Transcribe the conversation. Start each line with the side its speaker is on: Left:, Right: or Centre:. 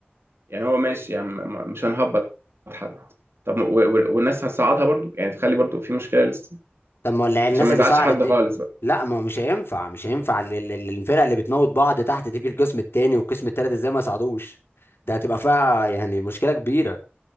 Right: يعني هو ماشي يعني م- م- مش هنهبط حد طب و- و- والناس هتصعدها برضو يعني تخلي برضو في مشكله لسه
Left: طب ما ولا الناس
Right: عشان ما
Left: اللي
Right: يزعلش
Left: سعرت
Right: حد
Left: دي
Right: خالص بقى
Left: لا ما هو مش هينفع مش هينفع ال- ال- ال- الفرقه اللي بتموت بعض تحت تيجي القسم التاني والقسم التالت ازاي ما يصعدوش ده هتبقى فيها يعني مشكله كبيره